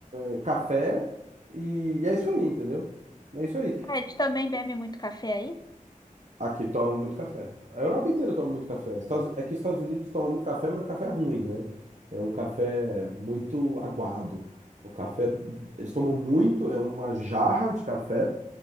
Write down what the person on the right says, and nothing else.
é, café, e é isso aí, entendeu? É isso aí.
Aqui toma muito café. A Europa inteira toma muito café. Estados- É que os Estados Unidos tomam muito café, mas café é ruim, né? É um café muito aguado. O café, eles tomam muito, é uma jarra de café,